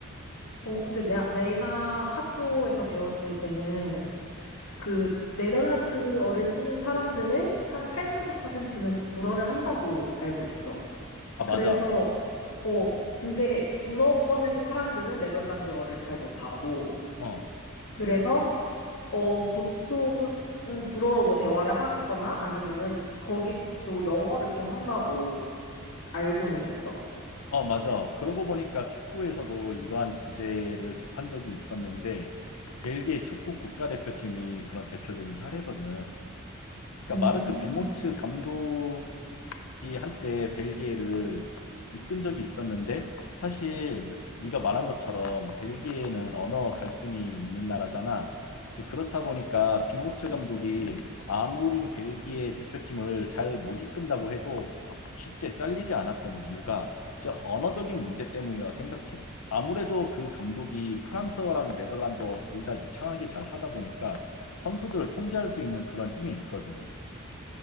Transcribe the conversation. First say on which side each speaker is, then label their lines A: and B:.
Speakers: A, on the left; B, on the left.
A: 어, 근데 내, 내가 학교에서 배웠을 때는 그 네덜란드어를 쓰는 사람들의 한 8, 90%는 불어를 한다고 알고 있어.
B: 아,
A: 그래서
B: 맞아.
A: 어, 근데 불어 꺼낼 사람들은 네덜란드어를 잘 못하고,
B: 어.
A: 그래서, 어, 보통은 불어로 뭐 대화를 하거나 아니면은 거기 또 영어를 좀 한다고 알고는 있어.
B: 어, 맞아. 그러고 보니까 축구에서도 이러한 주제를 접한 적이 있었는데, 벨기에 축구 국가대표팀이 그런 대표적인 사례거든. 그러니까
A: 음,
B: 마르크 빌모츠 감독 이 한때 벨기에를 이끈 적이 있었는데 사실 네가 말한 것처럼 벨기에는 언어 갈등이 있는 나라잖아. 이제 그렇다 보니까 빌모츠
A: 그치.
B: 감독이 아무리 그 벨기에 대표팀을 잘 못 이끈다고 해도 쉽게 잘리지 않았던 이유가 이제 언어적인 문제 때문이라고 생각해. 아무래도 그 감독이 프랑스어랑 네덜란드어 둘 다 유창하게 잘 하다 보니까 선수들을 통제할 수 있는 그런 힘이 있거든.